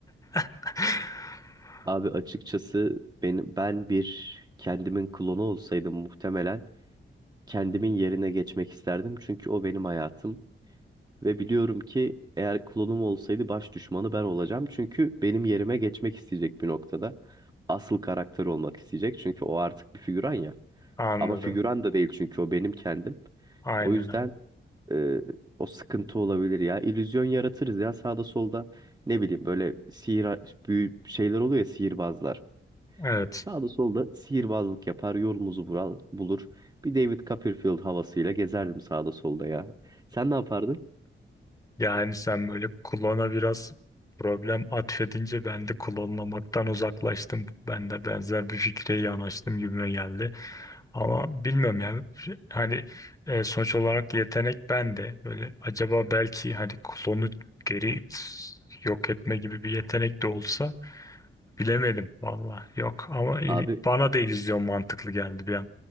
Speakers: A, on the left; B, on the right.
A: <laughs>
B: Abi açıkçası ben, ben bir kendimin klonu olsaydım muhtemelen kendimin yerine geçmek isterdim. Çünkü o benim hayatım. Ve biliyorum ki eğer klonum olsaydı baş düşmanı ben olacağım. Çünkü benim yerime geçmek isteyecek bir noktada. Asıl karakter olmak isteyecek. Çünkü o artık bir figüran ya.
A: Anladım.
B: Ama figüran da değil çünkü o benim kendim.
A: Aynen
B: O yüzden
A: aynen.
B: e, o sıkıntı olabilir ya. İllüzyon yaratırız ya sağda solda. Ne bileyim böyle sihir büyü şeyler oluyor ya sihirbazlar.
A: Evet.
B: Sağda solda sihirbazlık yapar, yolumuzu bural- bulur. Bir David Copperfield havasıyla gezerdim sağda solda ya. Sen ne yapardın?
A: Yani sen böyle klona biraz problem atfedince ben de klonlamaktan uzaklaştım. Ben de benzer bir fikre yanaştım gibime geldi. Ama bilmiyorum ya. Şey- Hani e, sonuç olarak yetenek bende. Böyle acaba belki hani klonu geri s- yok etme gibi bir yetenek de olsa bilemedim valla. Yok ama il-
B: Abi
A: bana da illüzyon mantıklı geldi bir an.